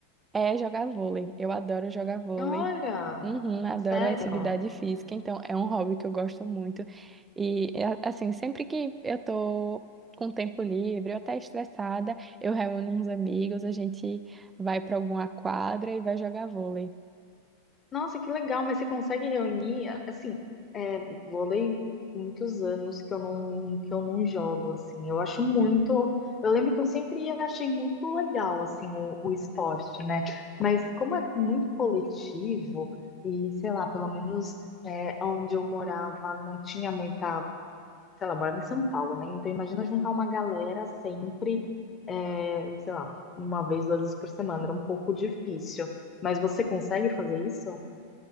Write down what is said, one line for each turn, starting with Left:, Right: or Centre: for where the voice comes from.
Right: É jogar vôlei. Eu adoro jogar vôlei.
Left: Olha,
Right: Uhum, adoro
Left: sério?
Right: atividade física, então é um hobby que eu gosto muito. E é, assim, sempre que eu tô com tempo livre, ou até estressada, eu reúno uns amigos, a gente vai para alguma quadra e vai jogar vôlei.
Left: Nossa, que legal, mas você consegue reunir, assim, é, vôlei muitos anos que eu não que eu não jogo, assim. Eu acho muito, eu lembro que eu sempre achei muito legal assim o, o esporte, né? Mas como é muito coletivo e sei lá, pelo menos é, onde eu morava não tinha muita, sei lá, eu morava em São Paulo, né? Então imagina juntar uma galera sempre, é, sei lá, uma vez, duas vezes por semana, era um pouco difícil. Mas você consegue fazer isso?